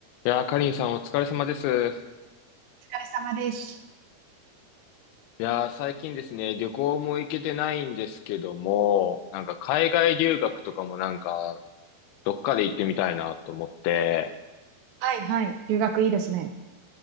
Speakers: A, on the left; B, on the right.
A: いやー、かりんさんお疲れ様です。
B: お疲れ様です。
A: いやー、最近ですね、旅行も行けてないんですけども、なんか海外留学とかもなんか、どっかで行ってみたいなと思って、
B: はいはい。留学いいですね。